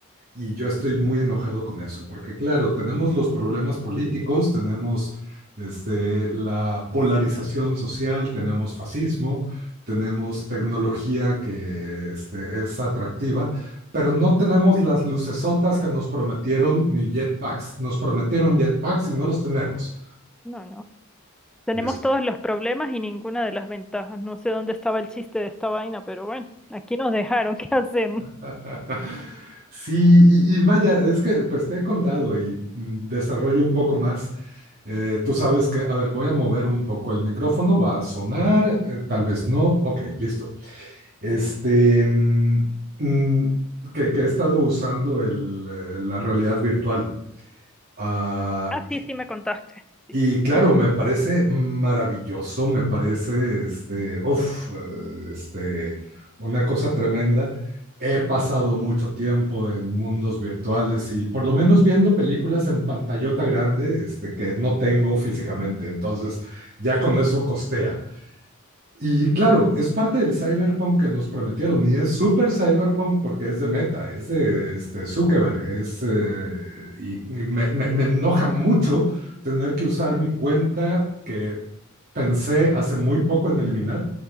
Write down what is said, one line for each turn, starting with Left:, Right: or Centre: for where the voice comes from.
Right: y yo estoy muy enojado con eso, porque claro, tenemos los problemas políticos, tenemos este, la polarización social, tenemos fascismo, tenemos tecnología que este, es atractiva, pero no tenemos las lucesotas que nos prometieron ni jetpacks. Nos prometieron jetpacks y no los tenemos.
Centre: No, no. Tenemos
Right: Y es
Centre: todos los problemas y ninguna de las ventajas. No sé dónde estaba el chiste de esta vaina, pero bueno, aquí nos dejaron. <laughs> ¿Qué hacemos?
Right: <laughs> Sí, y, y vaya, es que pues te he contado y mm, desarrollo un poco más. Eh, tú sabes que, a ver, voy a mover un poco el micrófono, va a sonar, eh, tal vez no. Ok, listo. Este, mm, mm, que, que he estado usando el, eh, la realidad virtual. Ah,
Centre: Ah, sí, sí me contaste. Sí,
Right: y claro, me parece maravilloso, me parece, este, uf, eh, este, una cosa tremenda. He pasado mucho tiempo en mundos virtuales y por lo menos viendo películas en pantallota grande, este, que no tengo físicamente. Entonces, ya con eso costea. Y claro, es parte del cyberpunk que nos prometieron y es súper cyberpunk porque es de Meta, es de este, Zuckerberg, es, eh, y, y me, me- me enoja mucho tener que usar mi cuenta que pensé hace muy poco en eliminar